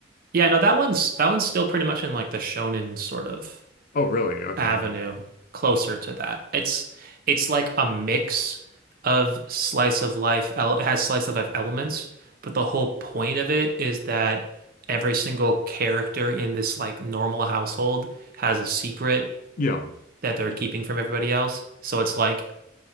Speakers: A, on the right; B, on the left.
A: yeah. No, that one's that one's still pretty much in like the shonen sort of.
B: Oh, really? Okay.
A: avenue closer to that. It's it's like a mix of slice of life. el- It has slice of life elements, but the whole point of it is that every single character in this like normal household has a secret
B: Yeah.
A: that they're
B: 'Cause-
A: keeping from everybody else. So it's like